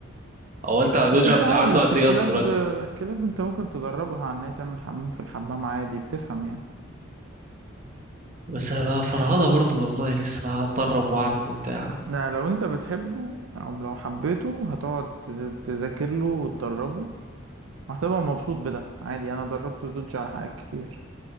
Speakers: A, on the right; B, on the right.
A: او انت دوج
B: بس انت
A: عند...
B: عادي
A: عنده
B: بس
A: قد
B: الكلاب
A: ايه اصلا دلوقتي
B: الكلاب انت ممكن تدربها على ان هي تعمل حمام في الحمام عادي بتفهم يعني
A: بس هبقى فرهضه برضه والله لسه بقى اتدرب واعمل وبتاع
B: لا لو انت بتحبه او لو حبيته هتقعد تز- تذاكر له وتدربه وهتبقى مبسوط بده عادي انا دربت دوج على حاجات كتير